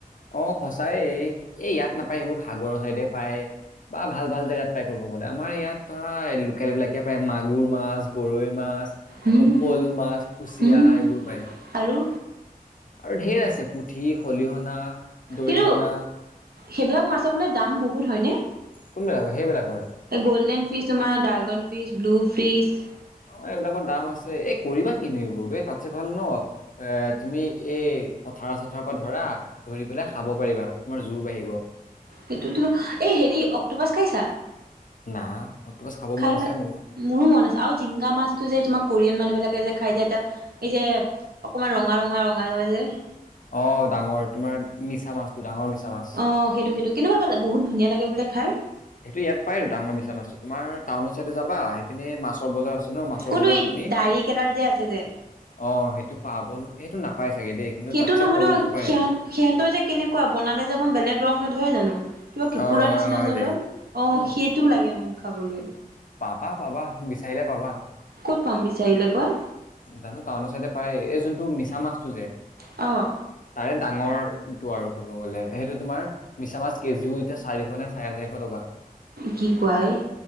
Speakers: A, on the left; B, on the right.
A: অঁ, সঁচাই এই ইয়াত নাপায় সেইবোৰ সাগৰৰ চাইডে পায়। বা ভাল ভাল জেগাত পাই ক'ব গ'লে আমাৰ ইয়াত ধৰা লোকেল বিলাকে পায় মাগুৰ মাছ, গৰৈ মাছ।
B: হুম
A: আকৌ শ'ল মাছ, কুচিয়া
B: হুম
A: এইবোৰ পায়।
B: আৰু
A: আৰু ঢেৰ আছে পুঠি, খলিহনা। দৰিকণা
B: কিন্তু সেইবিলাক মাছৰ বোলে দাম বহুত হ'য়নে?
A: কোনবিলাকৰ সেইবিলাকৰ
B: গ'ল্ডেন ফিছ, তোমাৰ ড্ৰাইগন ফিছ, ব্লু ফিছ।
A: অ এইবিলাকৰ দাম আছে এ কৰিবা কিনো এইবোৰ বে এই তাতছে ভাল ন এ, তুমি এই পথাৰ চথাৰৰ পৰা ধৰা ধৰি পেলাই খাব পাৰিবা, তোমাৰ জোৰ বাঢ়িব।
B: সেইটোতো, এ হেৰি অক্টোপাছ খাইছা?
A: না' অক্টোপাছ খাব
B: খাই
A: মন আছে
B: ভাল
A: মোৰ।
B: মোৰো মন আছে আও জিংগা মাছটো যে তোমাৰ কোৰিয়ান মানুহ বিলাকে যে খাই যায় যে এটা এই যে অকমান ৰঙা ৰঙা ৰঙা ৰঙা যে
A: অঁ ডাঙৰ তোমাৰ মিছা মাছটো, ডাঙৰ মিছা মাছ
B: অঁ সেইটো সেইটো। কেনেকুৱা কালে বহু ধনীয়া লাগে বোলে খাই?
A: সেইটো ইয়াত পায় আৰু ডাঙৰ মিছা মাছটো, তোমাৰ টাউনৰ চাইডে যাবা সেইপিনে মছৰ বজাৰ এনেও মাছৰ
B: কোনটো
A: বজাৰত
B: এই
A: তুমি
B: দাৰি কেইডাল যে আছে যে
A: অঁ সেইটো পাবলো সেইটো নাপাই চাগে দেই। কিন্তু
B: সেইটো
A: তাতছে
B: নহয়
A: সৰুটো
B: ন
A: পায়।
B: সিহঁত সিহঁতৰ যে কেনেকুৱা বনালে যে অকণ বেলেগ ৰং নধৰে জানো? কিবা কেকোৰা
A: অ ৰঙা
B: নিচিনা
A: ৰঙা হৈ
B: যে অলপ,
A: যায়
B: অঁ
A: উম
B: সেইটো লাগে মোক খাবলৈ।
A: পাবা পাবা বিচাৰিলে পাবা।
B: ক'ত পাম বিচাৰিলে কোৱা?
A: জানো টাউনৰ চাইডে পায়, এই যোনটো মিছা মাছটো যে
B: অঁ।
A: তাৰে ডাঙৰটো আৰু ক'ব গ'লে সেইটো তোমাৰ মিছামাছ কেজিও এতিয়া চাৰিশ নে চাৰে চাৰিশ টকা।
B: কি কোৱা এই?